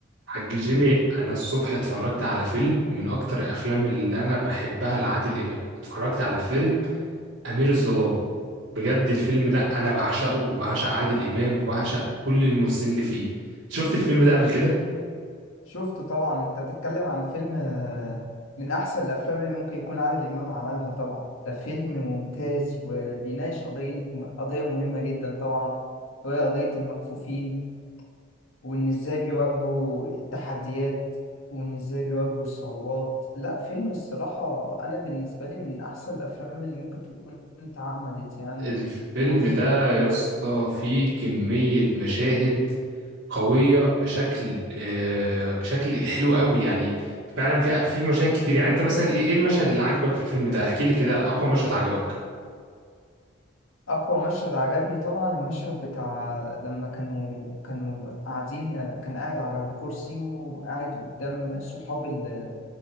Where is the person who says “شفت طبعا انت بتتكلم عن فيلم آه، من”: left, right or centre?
Left